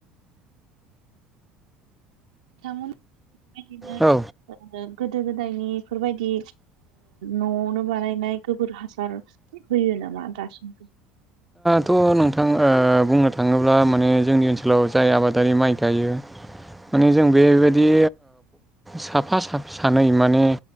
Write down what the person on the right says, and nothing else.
बिथांमोन बेबायदिनो
गोदो गोदायनि बेफोर बायदि न'आवनो बानायनाय गोबोर हासार होयो नामा दासिम